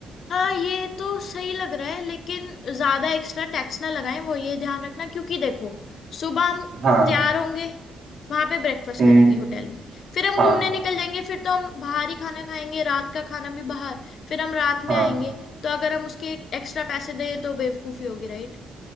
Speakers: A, on the left; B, on the right.
A: हाँ ये तो सही लग रहा है लेकिन ज्यादा एक्स्ट्रा टैक्स ना लगाएं वो ये ध्यान रखना क्योंकि देखो सुबह हम
B: हाँ
A: तैयार होंगे वहां पे ब्रेकफास्ट
B: हम्म
A: करेंगे होटल में फिर हम
B: हाँ
A: घूमने निकल जाएंगे फिर तो हम बाहर ही खाना खाएंगे रात का खाना भी बाहर फिर हम रात में
B: हाँ
A: आएंगे तो अगर हम उसके एक्स्ट्रा पैसे दें तो बेवकूफी होगी राइट